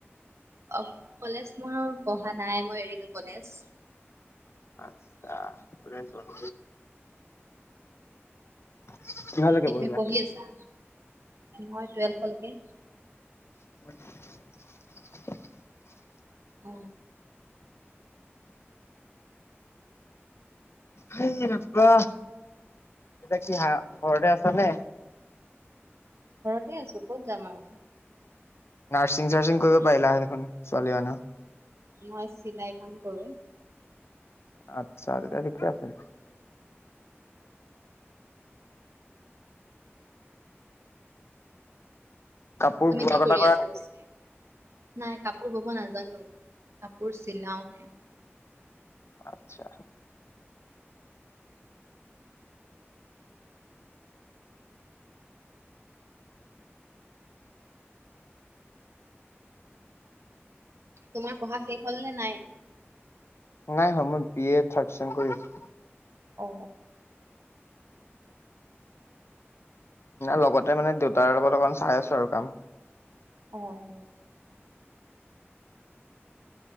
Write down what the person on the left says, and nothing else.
আতচ্ছা <unintelligible> কিহৰ লৈকে
পঢ়িলা?
<inaudible>
হাই ৰাব্বা। এতিয়া কি হা ঘৰতে আছা নে?
নাৰ্ছিং -চাৰ্চিং কৰিব পাৰিলা হয় দেখোন ছোৱালী মানুহ।
আটছা, তেতিয়া ঠিকেই আছে। কাপোৰ
বোৱা
কটা
কৰা
নেকি?
আটছা।
নাই হোৱা মই বি এ থাৰ্ডচেম কৰি আছো।
লগতে মানে দেউতাৰ লগত অকমান চাই আছো আৰু কাম৷